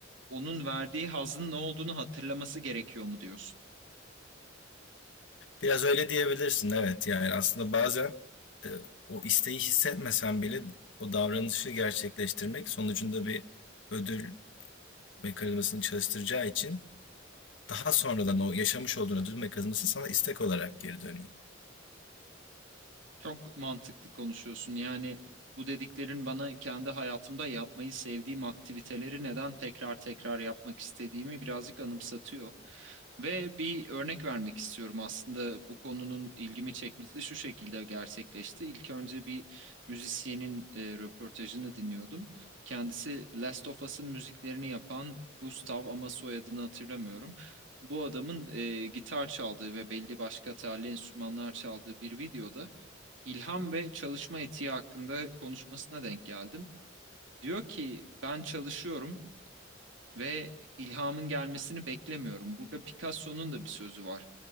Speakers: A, on the right; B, on the left.
A: onun verdiği hazın ne olduğunu hatırlaması gerekiyor mu diyorsun?
B: biraz öyle diyebilirsin evet yani aslında bazen e, o isteği hissetmesen bile o davranışı gerçekleştirmek sonucunda bir ödül mekanizmasını çalıştıracağı için daha sonradan o yaşamış olduğun ödül mekanizması sana istek olarak geri dönüyor.
A: Çok mantıklı konuşuyorsun. Yani bu dediklerin bana kendi hayatımda yapmayı sevdiğim aktiviteleri neden tekrar tekrar yapmak istediğimi birazcık anımsatıyor. Ve bir örnek vermek istiyorum aslında bu konunun ilgimi çekmesi şu şekilde gerçekleşti. İlk önce bir müzisyenin e, röportajını dinliyordum. Kendisi Last of Us'ın müziklerini yapan Gustav ama soyadını hatırlamıyorum. Bu adamın e, gitar çaldığı ve belli başka telli enstrümanlar çaldığı bir videoda ilham ve çalışma etiği hakkında konuşmasına denk geldim. Diyor ki ben çalışıyorum ve ilhamın gelmesini beklemiyorum. Burada Picasso'nun da bir sözü var.